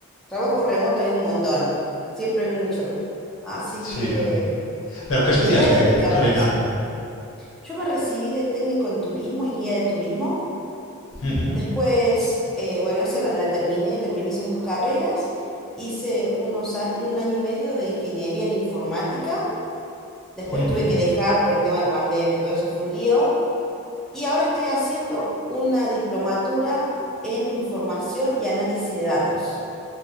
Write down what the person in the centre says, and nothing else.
Trabajo remoto hay un montón, siempre hay mucho. Así
que
mi idea es dedicarme
a eso. Yo me recibí de técnico en turismo y guía de turismo.
Después, eh, bueno, esa la, la terminé, terminé esas dos carreras. Hice unos a- un año y medio de ingeniería en informática Después
tuve que dejar por el tema de pandemia, todo eso fue un lío. Y ahora estoy haciendo una diplomatura en información y análisis de datos.